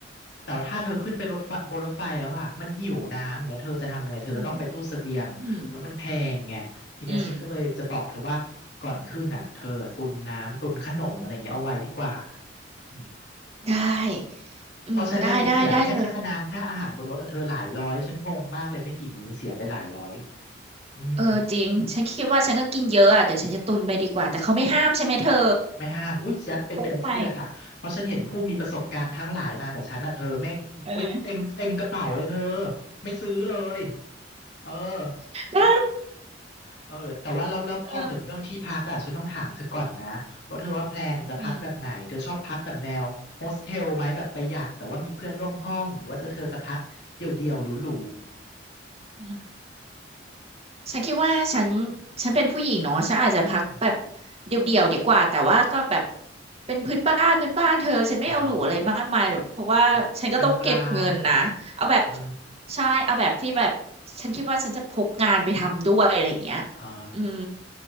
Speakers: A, on the left (about 65°); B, on the right (about 35°).
A: แต่ว่าถ้าเธอขึ้นไปรถไฟบนรถไฟแล้วอ่ะมันหิวน้ำอย่างเงี้ยเธอจะทำไง เธอก็ต้องไปตู้เสบียงแล้วมันแพงไงทีเนี้ยฉันก็เลยจะบอกเธอว่าก่อนขึ้นน่ะเธอตุนน้ำตุนขนมอะไรเงี้ยเอาไว้ดีกว่า
B: อืมอืมอืม
A: อืม
B: ได้อืมได้ได้ได้เลย
A: เพราะฉันน่ะไปเสียแค่ค่าน้ำค่าอาหารบนรถอะเธอหลายร้อยฉันงงมากเลยไม่กี่มื้อเสียไปหลายร้อยอืม
B: เออจริงฉันคิดว่าฉันก็กินเยอะอ่ะเดี๋ยวฉันจะตุนไปดีกว่าแต่เขาไม่ห้ามใช่ไหมเธอ
A: ไม่ห้ามอุ้ยยัดไปเต็มที่เลยค่ะ
B: พกเข้าไป
A: เพราะฉันเห็นผู้มีประสบการณ์ทั้งหลายมากับฉันอ่ะเธอไม่งอุ้ยเต็มเต็มกระเป๋าเลยเธอ
B: เออ
A: ไม่ซื้อเลย เออ
B: ได้
A: สะเออแต่ว่าแล้วแล้วพอถึงเรื่องที่พักอ่ะฉันต้องถามเธอก่อนนะว่าเธอว่าแพลนจะพักแบบไหน
B: เอออืม
A: เธอชอบพักแบบแนวโฮสเทลไหมแบบประหยัด แต่ว่ามีเพื่อนร่วมห้อง หรือว่าจะเธอจะพักเดี่ยวๆหรู
B: อืมฉันคิดว่าฉันฉันเป็นผู้หญิงเนาะฉันอาจจะพักแบบ
A: ๆอืม
B: เดี่ยวๆดีกว่าแต่ว่าก็แบบเป็นพื้นบ้านพื้นบ้านเธอฉันไม่เอาหรูอะไรมากมายหรอกเพราะว่าฉันก็ต้องเก็บเงินนะเอาแบบ
A: อ๋อแบบกลางๆเออ
B: ใช่เอาแบบที่แบบฉันคิดว่าฉันจะพกงานไปทำด้วยอะไรอย่างเงี้ย
A: อ๋อ
B: อืม